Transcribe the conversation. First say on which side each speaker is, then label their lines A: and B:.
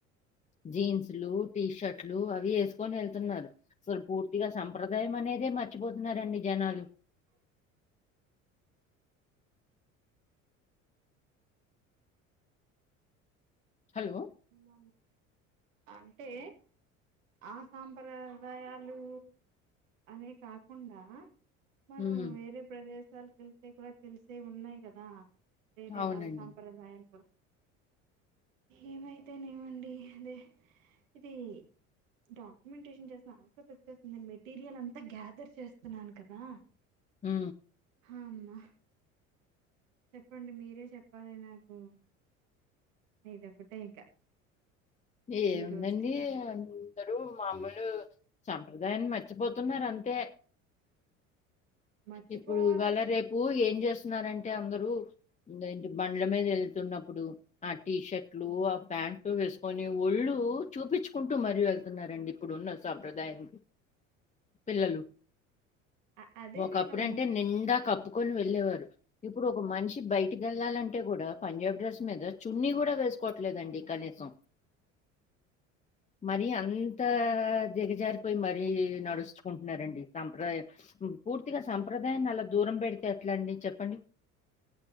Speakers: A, on the left; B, on the right.
A: జీన్స్ లు, టీషర్ట్లు అవి వేసుకొని వెళ్తున్నారు. అసలు పూర్తిగా సంప్రదాయమే అనేదే మర్చిపోతున్నారండి జనాలు.
B: స్
A: హలో
B: ఇలానే అంటే ఆ సాంప్రదాయాలు అనే కాకుండా మనం
A: ఉమ్,
B: వేరే ప్రదేశాలక వెళ్తే కూడా తెలిసేవి ఉన్నాయి కదా? వేరే
A: అవునండి
B: వాళ్ళ సాంప్రదాయాలు కూడా ఏమైతేనేమండి అదే ఇది డాక్యుమెంటేషన్ చేసిన ఆన్సర్ వచ్చేస్తుంది నేను మెటీరియల్ అంతా గ్యాదర్ చేస్తున్నాను కదా? స్
A: మ్
B: హమ్మ చెప్పండి మీరే చెప్పాలి నాకు. నీది ఒకటే ఇక
A: ఏముందండి
B: ఈ రోజుకి
A: ఆ అందరు మామూలు సాంప్రదాయాన్ని మర్చిపోతున్నారు అంతే.
B: మర్చిపోవాలంటే
A: ఇప్పుడు ఇవాళ రేపు ఏం చేస్తున్నారంటే అందరూ ఇంకేంటి బండ్ల మీద ఎళ్తున్నప్పుడు ఆ టీషర్ట్లు ఆ ప్యాంట్ వేసుకొని ఒళ్ళు చూపించుకుంటూ మరీ వెళ్తున్నారండి. ఇప్పుడున్న సాంప్రదాయం పిల్లలు.
B: అ అదే
A: ఒకప్పుడు
B: నేను
A: అంటే నిండా కప్పుకొని వెళ్ళేవారు. ఇప్పుడు ఒక మనిషి బయటికి వెళ్లాలంటే కూడా, పంజాబ్ డ్రస్ మీద చున్నీ కూడా వేసుకోవట్లేదండి కనీసం.
B: స్
A: మరీ అంత దిగజారిపోయి మరీ నడుచుకుంటున్నారండి. సంప్రదాయం పూర్తిగా సంప్రదాయాన్ని అలా దూరం పెడితే ఎట్లా అండి చెప్పండి.